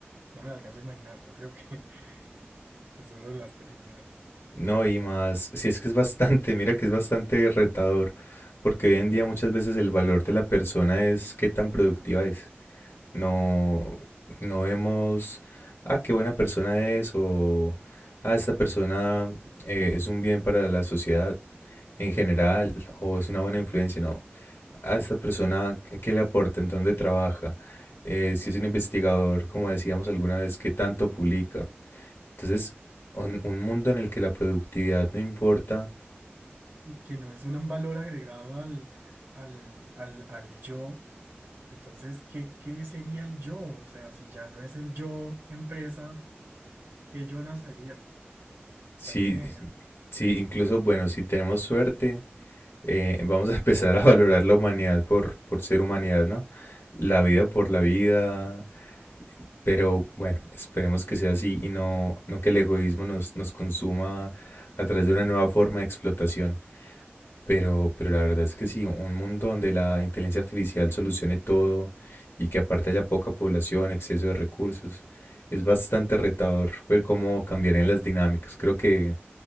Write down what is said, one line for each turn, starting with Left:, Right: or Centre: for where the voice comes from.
Right: No me la alcanzo a imaginar, yo creo que, <laughs> que solo en las películas.
Left: No, y más, si es que es bastante, mira que es bastante retador, porque hoy en día muchas veces el valor de la persona es qué tan productiva es. No, no vemos, ah, qué buena persona es, o, ah, esta persona eh, es un bien para la sociedad en general, o es una buena influencia, no. a esta persona qué le aporta, en dónde trabaja, eh, si es un investigador, como decíamos alguna vez, qué tanto publica. Entonces, un, un mundo en el que la productividad no importa,
Right: Y que no es un valor agregado al, al, al, al yo Entonces, ¿qué, qué sería el yo? O sea, si ya no es el yo empresa, ¿qué yo nacería?
Left: si,
Right: Parece genial.
Left: si incluso, bueno, si tenemos suerte, eh, vamos a <laughs> empezar a valorar la humanidad por, por ser humanidad, ¿no? La vida por la vida, pero bueno, esperemos que sea así y no, no que el egoísmo nos, nos consuma a través de una nueva forma de explotación. Pero, pero la verdad es que sí, un mundo donde la inteligencia artificial solucione todo y que aparte haya poca población, exceso de recursos, es bastante retador ver cómo cambiarían las dinámicas. Creo que